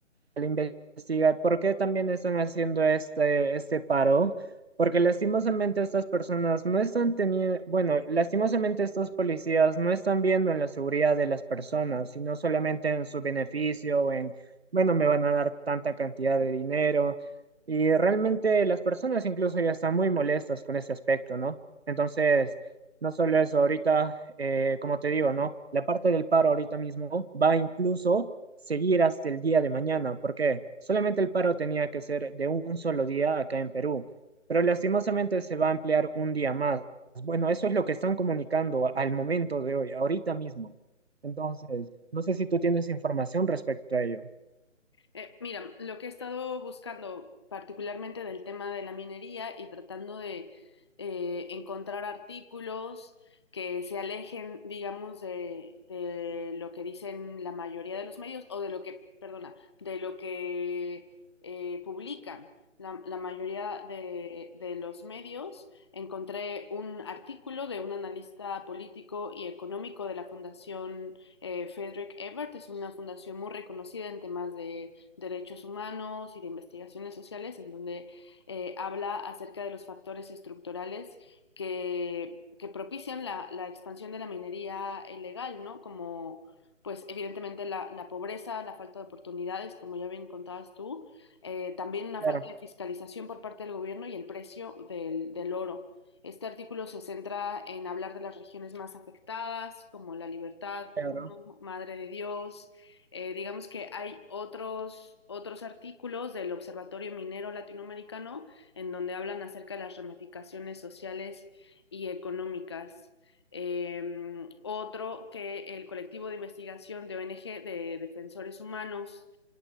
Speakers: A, on the right; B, on the left.
A: al investigar por qué también están haciendo este, este paro, porque lastimosamente estas personas no están teniendo, bueno, lastimosamente estos policías no están viendo en la seguridad de las personas, sino solamente en su beneficio, o en, bueno, me van a dar tanta cantidad de dinero. Y realmente las personas incluso ya están muy molestas con ese aspecto, ¿no? Entonces, no solo eso, ahorita, eh, como te digo, ¿no? La parte del paro ahorita mismo va incluso seguir hasta el día de mañana, porque solamente el paro tenía que ser de un solo día acá en Perú, pero lastimosamente se va a ampliar un día más. Bueno, eso es lo que están comunicando al momento de hoy, ahorita mismo. Entonces, no sé si tú tienes información respecto a ello.
B: Eh, mira, lo que he estado buscando particularmente del tema de la minería y tratando de eh, encontrar artículos que se alejen, digamos, de, de lo que dicen la mayoría de los medios o de lo que, perdona, de lo que eh, publican la, la mayoría de, de los medios. Encontré un artículo de un analista político y económico de la Fundación eh, Frederick Ebert. Es una fundación muy reconocida en temas de derechos humanos y de investigaciones sociales, en donde eh, habla acerca de los factores estructurales que, que propician la, la expansión de la minería ilegal, ¿no? Como, pues evidentemente la, la pobreza, la falta de oportunidades, como ya bien contabas tú, eh, también una
A: Claro,
B: falta de fiscalización por parte del gobierno y el precio del, del oro. Este artículo se centra en hablar de las regiones más afectadas, como La Libertad,
A: claro,
B: Puno, Madre de Dios, eh, digamos que hay otros, otros artículos del Observatorio Minero Latinoamericano en donde hablan acerca de las ramificaciones sociales y económicas. Eh, otro que el colectivo de investigación de ONG de Defensores Humanos